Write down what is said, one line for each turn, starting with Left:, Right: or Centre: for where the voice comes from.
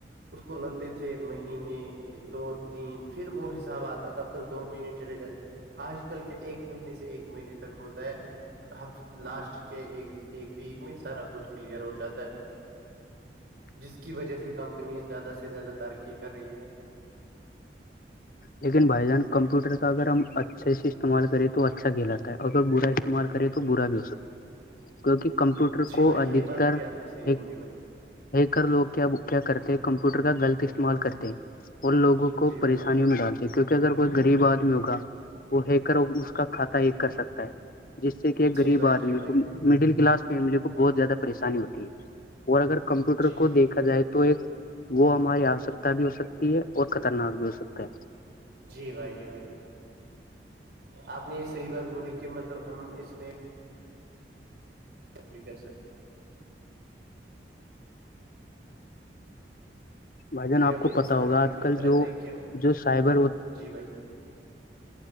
Right: اس کو لگتے تھے مہینے دو تین پھر وہ حساب آتا تب تک دو مہینے چلے جائ آج کل کیا ایک مہینے سے ایک مہینے تک ہوتا ہے ہف لاسٹ کے ایک ویک میں سارا کچھ کلیئر ہو جاتا ہے جس کی وجہ سے کمپنی زیادہ سے زیادہ ترقی کر رہی ہیں
Left: لیکن بھائی جان کمپیوٹر کا اگر ہم اچھے سے اسعمال کرے تو اچھا کھیلااتے اور اگر برا استعمال کرے تو برا بھی ہو سکتا ہے کیونکہ کمپیوٹر
Right: جی
Left: کو
Right: بھائی
Left: ادکتر
Right: یہ بات بھی آپ نے صحیح
Left: ایک
Right: بولی بھائی
Left: ہے کر لوگ کیا کرتے ہیں کمپیوٹر کا غلط استعمال کرتے ہیں اور لوگوں کو
Right: جی بھائی
Left: پانی میں ڈالتے کیکہ اگر کوئی غریب آدمی ہوا وہ ہے کر اس کا کھاتہ ایک کر سکتا ہے جس سے کہ
Right: جی
Left: غریب
Right: بھائی
Left: آدمی
Right: جی بھائی
Left: کو مڈل کلاس فیملی کو بہت زیادہ پریشانی ہوتی ہے اور اگر کمپیوٹر
Right: جی
Left: کو دیکھا جائے تو ایک وہ ہماری آوشکتا بھی ہو سکتی ہے اور خطرناک بھی ہو سکتا ہے
Right: جی بھائی جی بھائی آپ نے یہ صحیح بات بولی کہ مطلب ہم اس میں بات بھی کر سکتے
Left: بھائی جان
Right: یہ
Left: آپ
Right: اب
Left: کو
Right: انسان
Left: پتا ہوگا
Right: کی
Left: آج
Right: فطرت
Left: کل جو
Right: ہے کہ
Left: جو سائبر
Right: جی بھائی